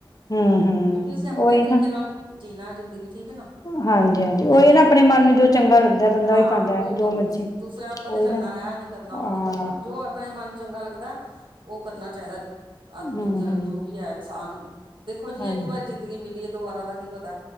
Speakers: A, on the left; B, on the right.
A: ਹੂੰ ਹੂੰ
B: ਕਿਉਂਕਿ ਅਸੀਂ ਆਪਨੇ
A: ਉਹੀ
B: ਤਰੀਕੇ
A: ਨਾ
B: ਨਾਲ ਜੀਨਾ ਜ਼ਿੰਦਗੀ ਠੀਕ ਏ ਨਾ।
A: ਹਾਂਜੀ ਹਾਂਜੀ ਉਹੀ
B: ਤੇ,
A: ਨਾ ਆਪਣੇ ਮਨ ਨੂੰ ਜੋ ਚੰਗਾ ਲੱਗਦਾ ਬੰਦਾ
B: ਹਾਂ
A: ਉਹੀ ਪਾਉਂਦਾ
B: ਔ ਕਰੋ
A: ਜੋ ਮਰਜੀ
B: ਤੁਸੀ ਦੂਸਰਿਆਂ ਉੱਪਰ
A: ਉਹੀ
B: ਨੀ ਚੱਲਨਾ
A: ਨਾ
B: ਐ ਨੀ ਕਰਨਾ
A: ਹਾਂ
B: ਔ ਨੀ ਕਰਨਾ ਜੋ ਆਪਣੇ ਮਨ ਚੰਗਾ ਲੱਗਦਾ ਔ ਕਰਨਾ ਚਾਈਦਾ। ਆਦਮੀ
A: ਹਮ
B: ਜ
A: ਹਮ
B: ਜੋ ਵੀ ਐ ਇਨਸਾਨ ਨੂੰ। ਦੇਖੋ ਜੀ
A: ਹਾਂ
B: ਏਕ ਵਾਰੀ ਜ਼ਿੰਦਗੀ ਮਿਲੀ ਏ, ਦੁਬਾਰਾ ਤਾ ਦਾ,